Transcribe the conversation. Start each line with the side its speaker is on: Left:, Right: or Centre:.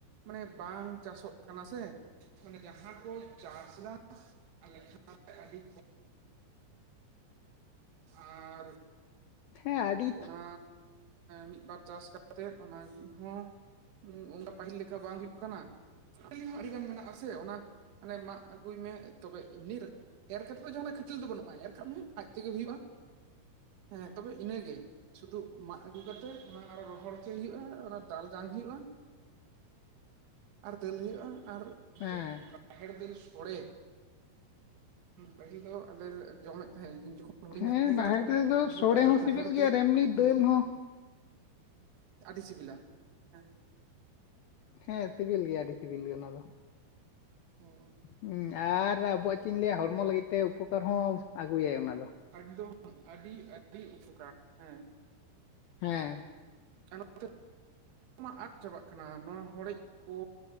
Right: ᱢᱟᱱᱮ ᱵᱟᱝ ᱪᱟᱥᱚᱜ ᱠᱟᱱᱟ ᱥᱮ ᱢᱟᱱᱮ ᱡᱟᱦᱟᱸ ᱠᱚ ᱪᱟᱥᱫᱟ <unintelligible> ᱟᱨ
Left: ᱦᱮᱸ ᱟᱹᱰᱤ
Right: ᱚᱱᱟ ᱢᱤᱫᱵᱟᱨ ᱪᱟᱥ ᱠᱟᱛᱮᱜ ᱚᱱᱟ ᱦᱚᱸ ᱚᱱᱠᱟ ᱯᱟᱹᱦᱤᱞ ᱞᱮᱠᱟ ᱵᱟᱝ ᱦᱩᱭᱩᱜ ᱠᱟᱱᱟ ᱟᱹᱤ ᱦᱚᱸ ᱟᱹᱰᱤᱜᱟᱱ ᱢᱮᱱᱟᱜ ᱟ ᱥᱮ ᱚᱱᱟ ᱚᱱᱟ ᱢᱟᱜ ᱟᱹᱜᱩᱭ ᱢᱮ ᱛᱚᱵᱮ ᱮᱢᱱᱤ ᱨᱮ ᱮᱨ ᱠᱟᱛᱮᱫ ᱫᱚ ᱡᱟᱦᱟᱸᱱᱼᱟᱜ ᱠᱷᱟᱹᱴᱟᱹᱞᱤ ᱫᱚ ᱵᱟᱹᱱᱩᱜᱼᱟ ᱮᱨ ᱠᱟᱜ ᱢᱮ ᱟᱡ ᱛᱮᱜᱮ ᱦᱩᱭᱩᱜᱼᱟ ᱦᱮᱸ ᱛᱚᱵᱮ ᱤᱱᱟᱹᱜᱮ ᱥᱩᱫᱩ ᱢᱟᱜ ᱟᱹᱜᱩ ᱠᱟᱛᱮᱜ ᱚᱱᱟ ᱟᱨᱚ ᱨᱚᱦᱚᱲ ᱦᱚᱪᱚᱭ ᱦᱩᱭᱩᱜᱼᱟ ᱚᱱᱟ ᱫᱟᱞ ᱡᱟᱝ ᱦᱩᱭᱩᱜᱼᱟ ᱟᱨ ᱫᱟᱹᱞ ᱦᱩᱭᱩᱜᱼᱟ ᱟᱨ
Left: ᱦᱮᱸ
Right: ᱡᱚᱢ ᱨᱟᱦᱮᱲ ᱫᱟᱹᱞ ᱥᱚᱲᱮ ᱯᱟᱹᱦᱤᱞ ᱫᱚ ᱟᱞᱮ ᱡᱚᱢᱮᱫ ᱛᱟᱦᱮᱸᱫ ᱤᱱᱟᱹᱡᱚᱠᱷᱚᱱ ᱦᱰᱤᱧ
Left: ᱦᱮᱸ
Right: ᱤᱧ ᱛᱟᱦᱮᱸ
Left: ᱞᱟᱦᱮᱲ
Right: ᱠᱟᱱᱟ
Left: ᱨᱮᱫᱚ
Right: ᱩᱱ ᱥᱚᱢᱚᱭ
Left: ᱥᱚᱲᱮ
Right: ᱚᱲᱟᱜ ᱨᱮ
Left: ᱦᱚᱸ ᱥᱤᱵᱤᱞ
Right: ᱨᱟᱦᱮᱲ
Left: ᱜᱮᱭᱟ
Right: ᱫᱟᱹᱞ
Left: ᱟᱨ ᱮᱢᱱᱤ ᱫᱟᱹᱞ
Right: ᱦᱮᱸ
Left: ᱦᱚᱸ
Right: ᱟᱹᱰᱤ ᱥᱤᱵᱤᱞᱟ ᱦᱮᱸ
Left: ᱦᱮᱸ ᱥᱤᱵᱤᱞ ᱜᱮᱭᱟ ᱟᱹᱰᱤ ᱥᱤᱵᱤᱞ ᱜᱮᱭᱟ ᱚᱱᱟ ᱫᱚ
Right: ᱦᱚᱸ
Left: ᱦᱩᱸ ᱟᱨ ᱟᱵᱚᱣᱼᱟᱜ ᱪᱮᱫ ᱤᱧ ᱞᱟᱹᱭᱟ ᱦᱚᱲᱢᱚ ᱞᱟᱹᱜᱤᱫ ᱛᱮ ᱩᱯᱚᱠᱟᱨ ᱦᱚᱸ ᱟᱹᱜᱩᱭᱟᱭ ᱚᱱᱟ ᱫᱚ
Right: ᱮᱠᱫᱚᱢ ᱟᱹᱰᱤ ᱟᱹᱰᱤ ᱩᱯᱚᱠᱟᱨ ᱦᱮᱸ
Left: ᱦᱮᱸ
Right: ᱟᱨ ᱱᱚᱛᱮ ᱢᱟ ᱟᱫ ᱪᱟᱵᱟᱜ ᱠᱟᱱᱟ ᱱᱚᱣᱟ ᱦᱚᱲᱮᱡ ᱠᱚ